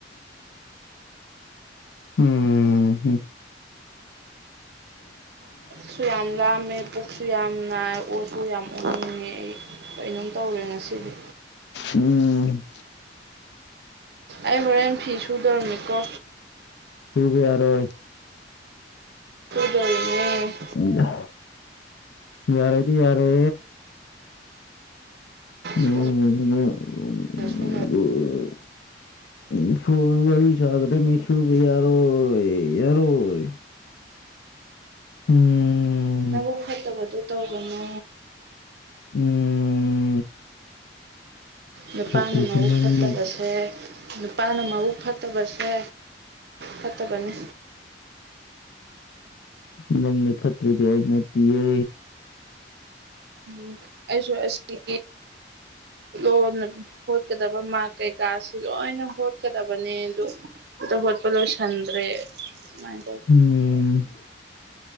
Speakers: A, on the left (about 70°); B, on the right (about 60°).
A: ꯎꯝꯝ
B: ꯁꯌꯥꯝꯂꯥ ꯑꯃ ꯑꯣꯛꯁꯨ ꯌꯥꯝ ꯅꯥꯏ ꯑꯣꯁꯨ ꯌꯥꯝ ꯑꯣꯅꯤꯡꯉꯦ ꯑꯩ ꯀꯩꯅꯣꯝ ꯇꯧꯔꯦ ꯉꯁꯤꯗꯤ
A: ꯎꯝ
B: ꯑꯩ ꯍꯣꯔꯦꯟ ꯐꯤ ꯁꯨꯗꯧꯔꯝꯃꯤꯀꯣ
A: ꯈꯕꯤ ꯌꯥꯔꯣꯏ
B: ꯗꯏꯅꯦ
A: ꯖ ꯌꯥꯔꯦꯗꯤ ꯌꯥꯔꯦ ꯑꯣ
B: ꯁꯨꯅ <inaudible>
A: ꯑꯗꯨ ꯎ ꯐꯣꯟ ꯋꯥꯔꯤ ꯁꯥꯒꯗꯕꯃꯤ ꯁꯨꯕ ꯌꯥꯔꯣꯏ ꯌꯥꯔꯣꯏ ꯎꯝ
B: ꯅꯕꯨ ꯐꯠꯇꯕꯗꯨ ꯇꯧꯕꯅꯣ
A: ꯎꯝ
B: ꯅꯨꯄꯥꯅ
A: ꯐꯠꯇ꯭ꯔꯤꯁꯤ
B: ꯃꯔꯨꯨꯞ
A: ꯅꯪꯅꯤ
B: ꯐꯠꯇꯕꯁꯦ ꯅꯨꯄꯥꯅ ꯃꯕꯨ ꯐꯠꯇꯕꯁꯦ ꯐꯠꯇꯕꯅꯤ
A: ꯅꯪꯅꯦ ꯐꯠꯇ꯭ꯔꯤꯗꯤ ꯑꯩꯅꯠꯇꯤꯌꯦ
B: ꯎꯝ ꯑꯩꯁꯨ ꯑꯁꯤ ꯂꯣꯟ ꯍꯣꯠꯀꯗꯕ ꯃꯥꯔ ꯀꯩꯀꯥꯁꯤ ꯂꯣꯏꯅ ꯍꯣꯠꯀꯗꯕꯅꯦ ꯑꯗꯣ ꯇꯒꯣꯄꯂꯣ ꯆꯟ꯭ꯔꯦꯃꯥꯏ ꯇ
A: ꯎꯝ